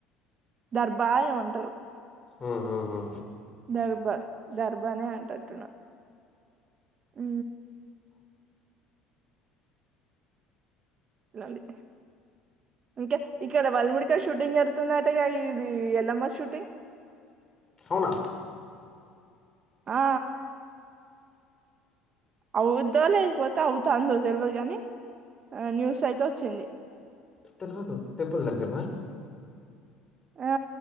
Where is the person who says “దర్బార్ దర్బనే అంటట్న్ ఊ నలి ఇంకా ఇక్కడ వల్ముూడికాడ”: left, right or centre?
Right